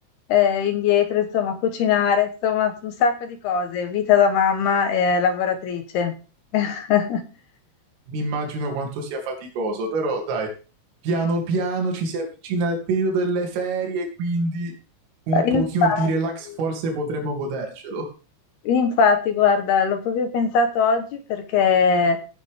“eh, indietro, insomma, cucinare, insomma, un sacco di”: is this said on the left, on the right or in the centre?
Left